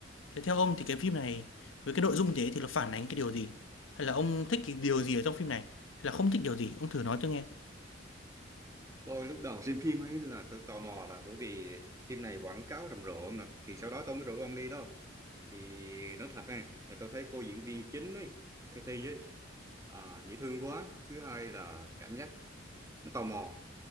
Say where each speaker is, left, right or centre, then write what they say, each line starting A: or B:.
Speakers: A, on the left; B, on the right.
A: Thế theo ông thì cái phim này với cái nội dung thế thì nó phản ánh cái điều gì? Hay là ông thích cái điều gì ở trong phim này? Hay là không thích điều gì? Ông thử nói tôi nghe.
B: Tôi lúc đầu xem phim ấy là tôi tò mò là bởi vì phim này quảng cáo rầm rộ ông nè, thì sau đó tôi mới rủ ông đi đó. Thì nói thật này, là tôi thấy cô diễn viên chính ấy, cái thi ấy À, dễ thương quá. Thứ hai là cảm giác nó tò mò